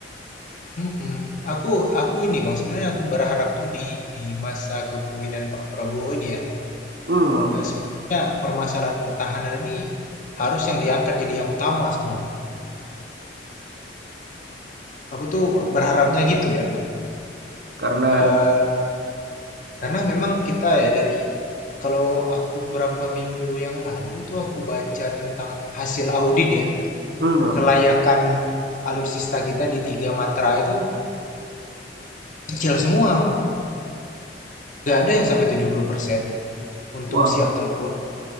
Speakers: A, on the left; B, on the right.
A: Mhm. Aku aku ini Bang, sebenarnya aku berharap tuh di di masa kepemimpinan Pak Prabowo ini ya,
B: hmm
A: eh, sebenarnya permasalahan pertahanan ini harus yang diangkat jadi yang utama sebenarnya. Aku tuh berharapnya gitu ya,
B: karena
A: Eh, karena memang kita ya dari kalau aku berapa minggu yang lalu itu aku baca tentang hasil audit ya,
B: hmm
A: kelayakan alutsista kita di tiga matra itu kecil semua, Bang. nggak ada yang sampai 70% untuk
B: wah
A: siap tempur.